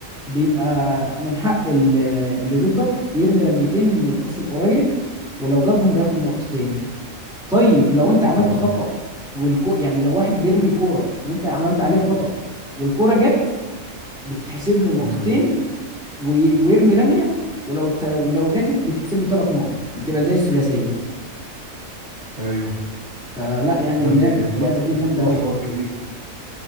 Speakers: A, in the centre; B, on the right (about 55°).
A: بيبقى من حق ال- اللي ضدك يرمي رميتين من القوس القريب ولو جابهم بياخد نقطتين طيب لو انت عملت
B: اه
A: خطأ والكو يعني لو واحد بيرمي الكورة وانت عملت عليه خطأ والكورة جت بتتحسب له نقطتين
B: امم
A: وي- ويرمي رمية ولو ت... ولو جاتت بيتحسب له ثلاث نقط بتبقى زي الثلاثية
B: ايوه
A: فلا يعني
B: لا
A: اللعبة
B: دي طلعت
A: اللعبة دي جامدة
B: طلع
A: أوي
B: حوار كبير